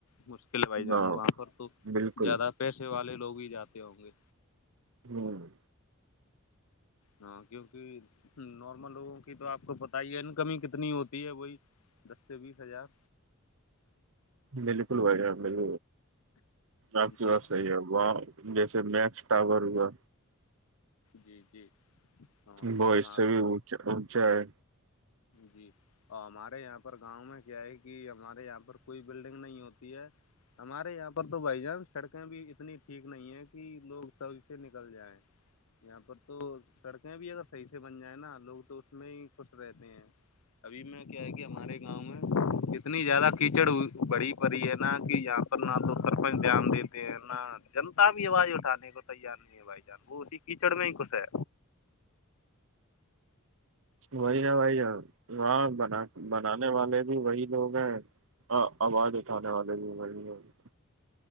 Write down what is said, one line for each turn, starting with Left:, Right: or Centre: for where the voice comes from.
Left: م کھلوائی جان
Right: ہاں
Left: وہاں پر تو
Right: بالکل
Left: زیادہ پیسے والے لوگ ہی جاتے ہوں گے
Right: ہوں
Left: ہاں کیوںکہ نارمل لوگوں کی تو آپ کو پتا ہی ہے نا کمی کتنی ہوتی ہے وہی دس سے بیس ہزار
Right: بالکل بھائیان ب آپ کی
Left: جی
Right: بات صحیح ہے وہ جیسے میکس ٹاور ہوا
Left: جی جی ہاں
Right: وہ
Left: ہمار
Right: اس سے بھی اونچا اونچا ہے
Left: جی اور ہمارے یہاں پر گاؤں میں کیا ہے کہ ہمارے یہاں پر کوئی بلڈنگ نہیں ہوتی ہے ہمارے یہاں پر تو بھائی جان سڑکیں بھی اتنی ٹھیک نہیں ہے کہ لوگ سب سے نکل جائیں یہاں پر تو سڑکیں بھی اگر صحیح سے بن جائیں نا لوگ تو اس میں ہی خوش رہتے جی ا میں کیا ہے کہ ہمارے گاؤں میں اتنی زیادہ کیچڑ بڑی پڑی ہے نا کہ یہاں نہ تو سرپنچ دھیان دیتے ہیں نہ جنتا بھی آواز اٹھے کو تیار نہیںواز بھایی جان وہ اسی کیجڑ میں ہے خوش ہے
Right: وہی نا بھائی وہاں ب بنانے والے بھی وہی لوگ ہیں آواز اٹھانے والے بھی وہی لوگ ہیں